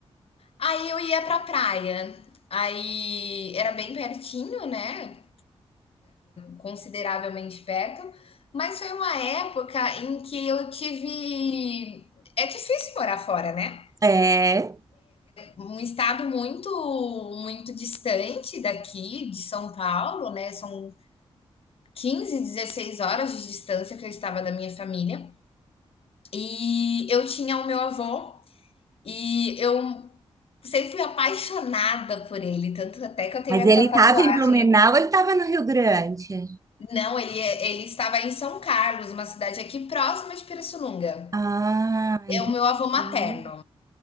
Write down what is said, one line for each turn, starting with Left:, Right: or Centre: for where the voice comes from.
Left: Aí eu ia pra praia. Aí era bem pertinho, né? consideravelmente perto, mas foi uma época em que eu tive. É difícil morar fora, né?
Right: É,
Left: Um estado muito, muito distante daqui, de São Paulo, né? São 15, 16 horas de distância que eu estava da minha família. E eu tinha o meu avô e eu sempre fui apaixonada por ele, tanto até que eu tenho
Right: mas
Left: essa
Right: ele
Left: tatuagem.
Right: estava em Blumenau, ou ele estava no Rio Grande.
Left: Não, ele, é, ele estava em São Carlos, uma cidade aqui próxima de Pirassununga.
Right: Ah, entendi.
Left: é o meu avô materno.